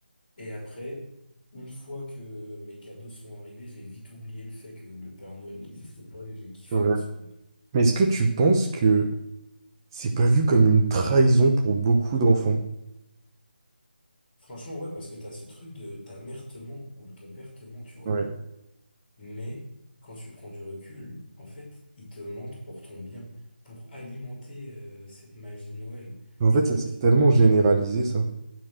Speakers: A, on the left; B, on the right.
A: Et après, une fois que mes cadeaux sont arrivés, j'ai vite oublié le fait que le Père Noël n'existait pas et j'ai kiffé
B: c'est vrai.
A: ma soirée.
B: Mais est-ce que tu penses que c'est pas vu comme une trahison pour beaucoup d'enfants?
A: Franchement, ouais, parce que t'as ce truc de ta mère te ment ou ton père te ment, tu vois.
B: Ouais.
A: Mais quand tu prends du recul, en fait, ils te mentent pour ton bien, pour alimenter euh, cette magie de Noël.
B: En fait,
A: Tu vois,
B: ça
A: en
B: s'est
A: vrai,
B: tellement généralisé, ça.